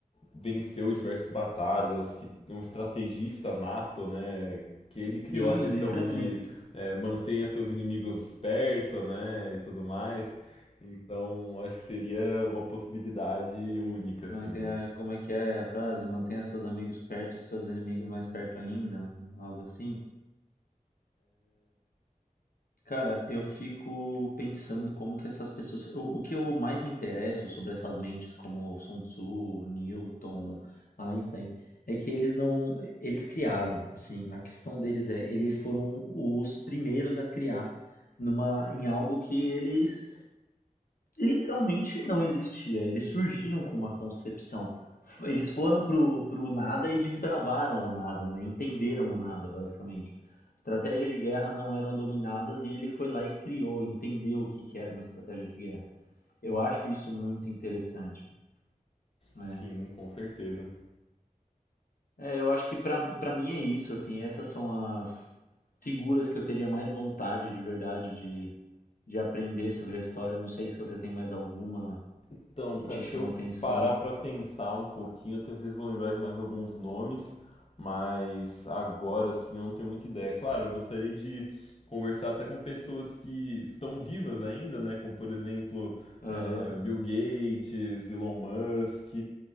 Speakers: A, on the left (about 45°); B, on the left (about 85°).
A: venceu diversas batalhas, que é um estrategista nato, né, que ele criou
B: Sim,
A: a questão
B: literalmente.
A: de é, mantenha seus inimigos perto, né, e tudo mais. Então acho que seria uma possibilidade única, assim,
B: Mantenha,
A: né?
B: como é que é a frase? Mantenha seus amigos perto e seus inimigos mais perto ainda, né? algo assim. Cara, eu fico pensando como que essas pessoas. eu- o que eu mais me interesso sobre essas mentes, como Sun Tzu, Newton, Einstein, é que eles não. Eles criaram, assim. A questão deles é, eles foram os primeiros a criar numa, em algo que eles literalmente não existia. Eles surgiram com uma concepção. F- Eles foram pro, pro nada e desbravaram o nada, né? Entenderam o nada, basicamente. Estratégias de guerra não eram dominadas e ele foi lá e criou, entendeu o que que era uma estratégia de guerra. Eu acho isso muito interessante, né?
A: Sim, com certeza.
B: É, eu acho que pra para mim é isso, assim, essas são as figuras que eu teria mais vontade de verdade de, de aprender sobre a história. Não sei se você tem mais alguma
A: Então,
B: que
A: cara,
B: te
A: se
B: chama
A: eu
B: atenção.
A: parar pra pensar um pouquinho, eu tenho certeza que vou lembrar de mais alguns nomes, mas agora sim eu não tenho muita ideia. Claro, eu gostaria de conversar até com pessoas que estão vivas ainda, né? Como, por exemplo,
B: Aham.
A: é, Bill Gates, Elon Musk,